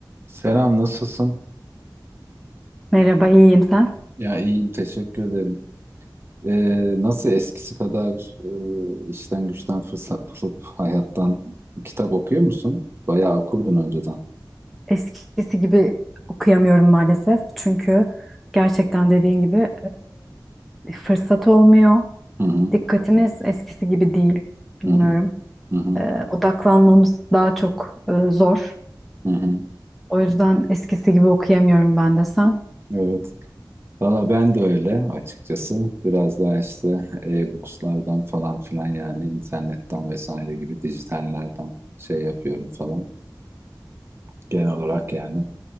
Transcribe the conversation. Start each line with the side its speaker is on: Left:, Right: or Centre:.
Right: Selam, nasılsın?
Centre: Merhaba, iyiyim sen?
Right: Ya iyiyim, teşekkür ederim. Ee, nasıl eskisi kadar e, işten güçten fırsat bulup hayattan kitap okuyor musun? Bayağı okurdun önceden.
Centre: Eskisi gibi okuyamıyorum maalesef. Çünkü gerçekten dediğin gibi e, fırsat olmuyor.
Right: Hı hı,
Centre: Dikkatimiz eskisi gibi değil. Bilmiyorum.
Right: hı hı, hı hı,
Centre: E, odaklanmamız daha çok e, zor.
Right: hı hı.
Centre: O yüzden eskisi gibi okuyamıyorum ben de sen.
Right: Evet. Valla ben de öyle açıkçası. Biraz daha işte e-bookslardan falan filan yani internetten vesaire gibi dijitallerden şey yapıyorum falan. Genel olarak yani